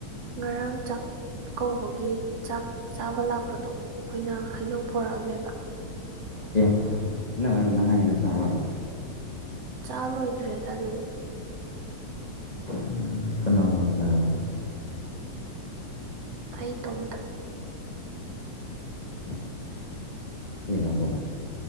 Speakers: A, on the right (about 55°); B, on the left (about 75°).
A: ꯉꯔꯥꯡ ꯆꯥꯛ‌꯫ ꯀꯧꯕꯒꯤ ꯆꯥꯛ ꯆꯥꯕ ꯂꯥꯛꯄꯗꯣ ꯃꯣꯏꯅ ꯍꯩꯅꯧ ꯄꫭꯔꯛꯑꯝꯃꯦꯕ꯫
B: ꯑꯦ ꯅꯪ ꯉꯔꯥꯡ ꯅꯍꯟꯒꯤꯗꯨ ꯆꯥꯔꯕꯣ
A: ꯆꯥ ꯂꯣꯏꯈ꯭ꯔꯦꯗ ꯑꯗꯨꯗꯤ
B: ꯎꯝ ꯀꯅꯥ ꯀꯅꯥ ꯆꯥꯕ
A: ꯑꯩ ꯏꯇꯣꯝꯇ
B: ꯑꯁ ꯊꯦꯡꯉꯕ꯭ꯔꯣ